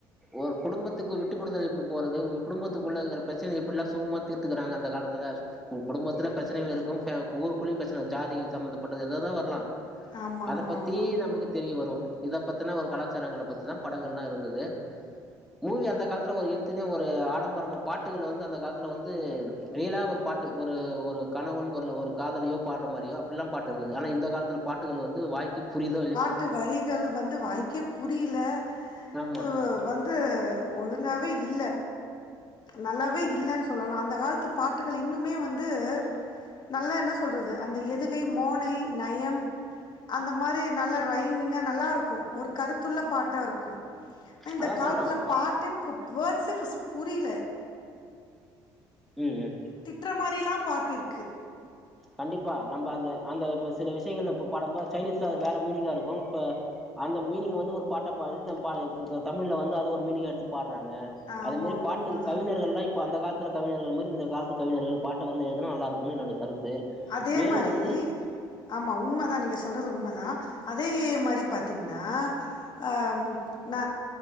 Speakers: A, in the centre; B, on the left.
A: ஒரு குடும்பத்துக்கு விட்டு குடுத்தல் எப்டி போறது குடும்பத்துக்குள்ளயிருக்க ப்ரச்சனையெல்லா எப்டிலா சுலபமா எப்புல்லா சுமூம்மா தீர்த் க்குறாங்க அந்த காலத்துல உன் குடும்பத்துல ப்ரச்சனைகள் இருக்குன் ப்ஃ ஊருக்குள்ளியு ப்ரச்சன ஜாதிகள் சம்பந்தப்பட்டது ஏதேதோ வர்லா
B: ஆமா
A: அத
B: ஆமா
A: பத்தி
B: ஆமா.
A: நமக்குத் தெரியவருன் இத பத்தனா ஒரு கலாச்சாரங்கள பத்திதா படங்கள்லா இருந்துது மூவி அந்த காலத்துல ஒரு எழுத்துலியோ ஒரு ஆடம்பரமு பாட்டுகள் வந்து அந்த காலத்துல வந்து ரியலாவுரு பாட்டு ஒரு ஒரு கணவன் ஒரு ஒரு காதலியோ பாட்ற மாரியோ அப்பில்லா பாட்டு இருந்தது ஆனா இந்த காலத்துல பாட்டுகள் வந்து வாய்க்கு புரிதோ இல்லியோ
B: ட்டு வரிகள் வந்து வாய்க்கே புரிலே
A: ஆமா
B: வ வந்து ஒழுங்காவே இல்ல நல்லாவே இல்லன் சொல்லலான் அந்த கால்த்து பாட்டுகள் இன்னுமே வந்து நல்லா என்ன சொல்றது அந்த எதுகை மோனை நயம் அந்த மாரி நல்லா ரைமிங்கா நல்லாருக்குன் ஒரு கருத்துள்ள பாட்டா இருக்குன் இந்த
A: அதா
B: கால்த்துல
A: சொல்றாங்க
B: பாட்டே ப்பு வேட்சே ஃபர்ஸ்ட் புரில
A: ம் ம்
B: திட்ற மாரிலா பாட்டு இருக்கு
A: கண்டிப்பா நம்ம அந்த அந்த இப்ப சில விஷயங்கள்ல இப்ப பாடம்போ சைனீஸ்ல அது வேற மீனிங்கா இரு க்கு இப்ப அந்த மீனிங் வந்து ஒரு பாட்டா பாடி தம் பா இந்த இந்த தமிழ்ல வந்து அது ஒரு மீனிங்கா எடுத்து பாட்றாங்க
B: ஆமா
A: அது மாரி பாட்டு
B: உண்மதான்.
A: கவிஞர்கள்லா இப் ப அந்த காலத்துல கவிஞர்கள் மாரி இந்த காலத்து கவிஞர்கள் பாட்ட வந்து எழுனா நல்லா இருக்குனு என்னுடைய கருத்து
B: அதே
A: மேலு
B: மாரி
A: வந்து
B: ஆமா உண்மதா நீங்க சொல்றது உண்மதா அதே மாரி பாத்தீங்னா அ ந